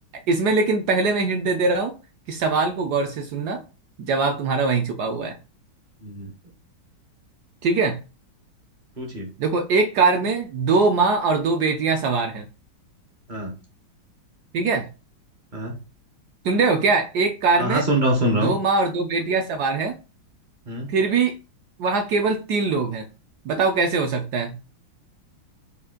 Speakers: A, on the right; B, on the right.
A: इसमें लेकिन पहले मैं हिंट दे दे रहा हूँ कि सवाल को गौर से सुनना जवाब तुम्हारा वहीं छुपा हुआ है
B: हम्म,
A: ठीक है
B: पूछिए
A: देखो एक कार में दो माँ और दो बेटियां सवार हैं
B: हाँ
A: ठीक है
B: हाँ
A: सुन रहे हो क्या एक कार
B: हाँ
A: में
B: हाँ, सुन रहा हूँ सुन रहा
A: दो
B: हूँ
A: माँ और दो बेटियां सवार हैं
B: हम्म,
A: फिर भी वहां केवल तीन लोग हैं बताओ कैसे हो सकता है